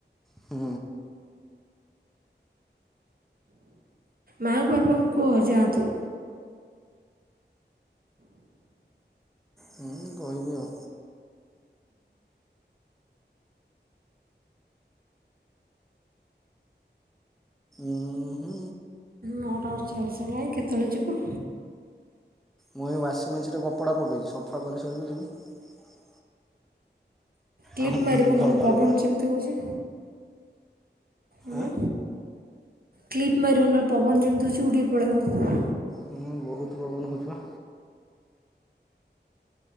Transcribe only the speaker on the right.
ମାଙ୍କୁ ଆପଣ କୁହ ଯାଆନ୍ତୁ।
ନଅଟା ଅଟଚାଳିସି ହେଲାଣି କେତେବେଳେ ଯିବ?
କ୍ଲିପ୍
ମାରିବୁ ନହେଲେ
ପବନ ଯେମିତି ହୋଉଚି। ଉଁ।
କ୍ଲିପ୍ ମାରିବୁ ନହେଲେ ପବନ ଯେମିତି ହେଉଚି ଉଡିକି ପଳେଇବ।